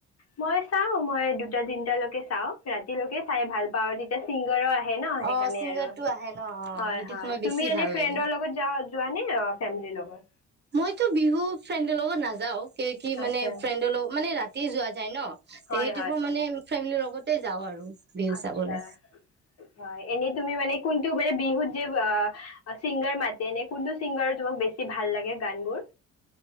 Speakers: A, on the left; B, on the right.
A: মই চাওঁ, মই দুটা তিনিটালৈকে চাওঁ, ৰাতিলৈকে চাই ভাল পাওঁ, আৰু তেতিয়া ছিংগাৰো আহে। ন
B: অ
A: সেইকাৰনে
B: ছিংগাৰটো
A: আৰু‌ হয়,
B: আহে ন অ সেইটো
A: হয়,
B: সময় বেছি
A: তুমি এনে
B: ভাল
A: ফ্ৰেণ্ডৰ
B: লাগে
A: লগত জাঅ যোৱা নে ফেমিলি লগত?
B: মইতো বিহু ফ্ৰেণ্ডৰ লগত নাযাও। কি মানে
A: আচ্ছা
B: ফ্ৰেণ্ডৰ লগত মানে ৰাতিয়ে যোৱা যায় ন সেইদিখ,
A: হয়
B: মানে ফ্ৰেমিলিৰ লগত। তাতে যাওঁ আৰু। বিহু
A: আতছা,
B: চাবলে
A: হয়, এনেই তুমি মানে কোন? টো মানে, বিহুত যে আ চিংগাৰ মাতে এনে কোনটো ছিংগাৰৰ তোমাক বেছি ভাল লাগে গান বোৰ?